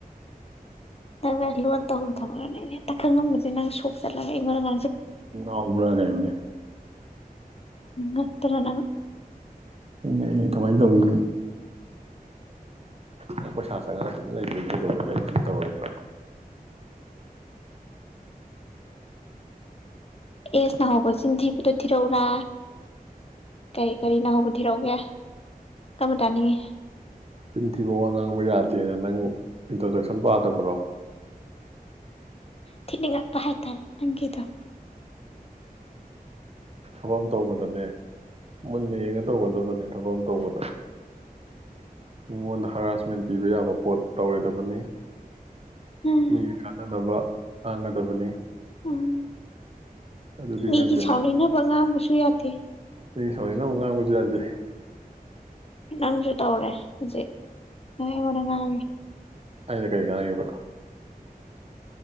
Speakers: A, on the left (about 40°); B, on the right (about 40°).
A: ꯅꯪ ꯂꯣꯟ ꯇꯧꯍꯧꯕ ꯊꯃꯛꯅꯦ ꯇ ꯈꯪꯉꯝꯁꯦ ꯅꯪ ꯁꯣꯛ ꯆꯠꯂꯒ ꯑꯩ ꯃꯔꯥꯡ
B: ꯑꯣꯕ꯭ꯔꯒꯥꯏ ꯃ
A: ꯉꯠꯇꯅ
B: ꯑꯩꯅ ꯑꯦ ꯀꯃꯥꯏꯅ ꯇꯧꯅꯤ ꯅꯪ ꯄꯩꯁꯥ ꯆꯪꯉꯒ ꯑꯗꯨꯝ ꯂꯩꯗꯣꯏ ꯀꯩꯗꯧꯕꯩ ꯀꯒꯥꯔꯤ ꯀ ꯇꯧꯔꯣꯏꯗ꯭ꯔꯥ <inaudible> <unintelligible>
A: ꯑꯦꯁ ꯅꯍꯧꯕ ꯆꯤꯟ ꯊꯤꯕꯨꯗ ꯊꯤꯔꯧꯔꯥ ꯀꯔꯤ ꯀꯔꯤ ꯅ ꯍꯧꯕ ꯊꯤꯔꯛꯎꯒꯦ ꯀꯔꯝꯕ ꯇꯥꯅꯤꯡꯉꯤ
B: ꯆꯤꯟꯊꯤꯕ ꯋꯥ ꯉꯡꯕ ꯌꯥꯗꯦ ꯅꯪ ꯏꯟꯇ꯭ꯔꯣꯗꯛꯁꯟ ꯄꯥꯗꯕ꯭ꯔꯣ
A: ꯊꯤꯅꯤꯡꯉꯛꯄ ꯍꯥꯏꯇꯥꯔꯦ ꯅꯪꯒꯤꯗꯣ
B: ꯊꯕꯛ ꯇꯧꯕꯗꯅꯦ ꯃꯨꯟꯅ ꯌꯦꯡꯉ ꯇꯧꯒꯗꯕꯅꯦ ꯊꯕꯛ ꯑꯃ ꯇꯧꯕꯗ ꯃꯤꯉꯣꯟꯗ ꯍꯔꯥꯁꯃꯦꯟ ꯄꯤꯕ ꯌꯥꯕ ꯄꯣꯠ ꯇꯧꯔꯣꯏꯗꯕꯅꯤ
A: ꯎꯝ
B: ꯃꯤ ꯀꯥꯟꯅꯅꯕ ꯉꯥꯡꯒꯗꯕꯅꯤ
A: ꯎꯝ
B: ꯑꯗꯨꯗꯤ
A: ꯃꯤꯒꯤ
B: ꯅꯠꯇꯦ
A: ꯁꯥꯎꯅꯤꯡꯅꯕ ꯉꯥꯡꯕꯁꯨ ꯌꯥꯗꯦ
B: ꯑꯩ ꯁꯅꯤꯅ ꯑꯃ ꯉꯥꯡꯕꯁꯨ ꯌꯥꯗꯦ
A: ꯅꯪꯁꯨ ꯇꯧꯔꯦ ꯍꯧꯖꯤꯛ ꯅꯪ ꯑꯩꯉꯣꯟꯗ ꯉꯥꯡꯉꯦ
B: ꯑꯩꯅ ꯀꯩ ꯀꯕ꯭ꯔ